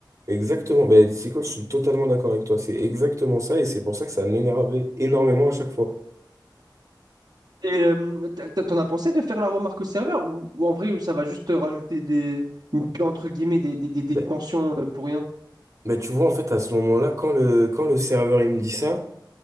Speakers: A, on the right; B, on the right.
A: exactement. Ben, c'est quoi, je suis totalement d'accord avec toi. C'est exactement ça et c'est pour ça que ça m'énervait énormément à chaque fois.
B: Et euh, t- t- t'en as pensé de faire la remarque au serveur ou, ou en vrai, ça va juste te rajouter des, une- entre guillemets, des, des, des- des
A: Ben,
B: tensions euh, pour rien?
A: ben, tu vois, en fait, à ce moment-là, quand le, quand le serveur il me dit ça,